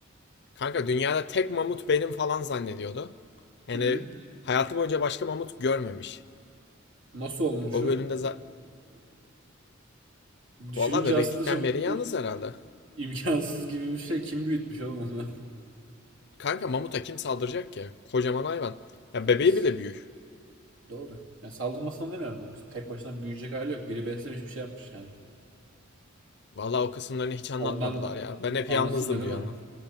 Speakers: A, on the left (about 55°); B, on the right (about 70°).
A: Kanka dünyada tek mamut benim falan zannediyordu. Yani
B: ben. Hı.
A: hayatı boyunca başka mamut görmemiş.
B: Nasıl olmuş
A: O
B: o?
A: bölümde za-
B: Düşününce
A: Vallahi bebeklikten
B: aslında çok
A: beri yalnız
B: i-
A: herhalde.
B: imkansız gibi bir şey. Kim büyütmüş oğlum onu?
A: Kanka mamuta kim saldıracak ki? Kocaman hayvan.
B: <laughs>
A: Ya
B: Ya,
A: bebeği
B: s-
A: bile büyük.
B: doğru. Ya salgınmasından demiyorum. Tek başına büyüyecek hali yok. Biri beslemiş bir şey yapmış yani.
A: Vallahi o kısımlarını hiç anlatmadılar
B: Ondan
A: ya.
B: bu-
A: Ben hep
B: anlatılmıyor
A: yalnızdım
B: değil
A: diyor
B: mi?
A: ama.